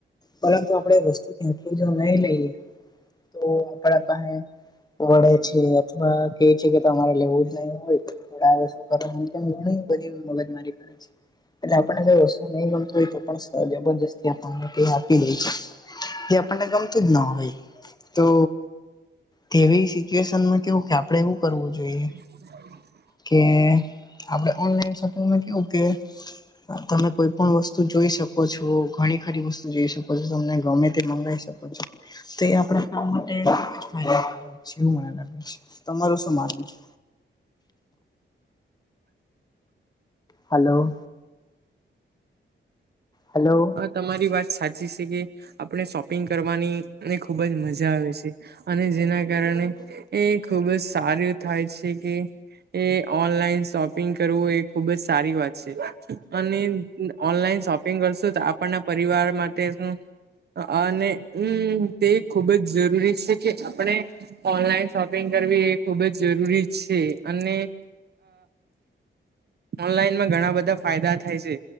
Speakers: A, on the left (about 20°); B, on the right (about 55°).
A: પરંતુ આપણેે વસ્તુ ત્યાંથી જો નહી લઈએ તો આપણા પાહે વળે છે અથવા કે છે કે તમારે લેવું જ નહી હોય <unintelligible> ઘણી બધી મગજ મારી કરે છે. એટલે આપણને કઈ વસ્તુ નહી ગમતી હોય તો પણ જબરજસ્તી આપણને આપી દે છે. એ આપણને ગમતું જ ના હોય તો તેવી સિચ્યુએશનમાં કેવું કે આપણેે એવું કરવું જોઈએ
B: <inaudible>
A: કે આપણે ઓનલાઈન શોપિંગમાં કેવું કે તમે કોઈ પણ વસ્તુ જોઈ શકો છો ઘણી ખરી વસ્તુ જોઈ શકો છો તમને ગમે તે મંગાઈ શકો છો. તો એ આપણા કામ માટે <unintelligible> એવું મને લાગે છે તમારું શું માનવું છે હાલો હલો
B: અ તમારી વાત સાચી છે કે આપણે શોપિંગ કરવાની ની ખુબ જ મજા આવે છે. અને જેના કારણે એ ખુબ જ સારું થાય છે કે એ. ઓનલાઈન શોપિંગ કરવું એ ખુબ જ સારી વાત. અને ઓનલાઈન શોપિંગ કરશું તો આપણના પરિવાર માટે શું. અને હમ તે ખુબ જ જરૂરી છે કે આપણે ઓનલાઈન શોપિંગ કરવી એ ખૂબ જ જરૂરી છે અને. ઓનલાઈનમાં ઘણા બધા ફાયદા થાય છે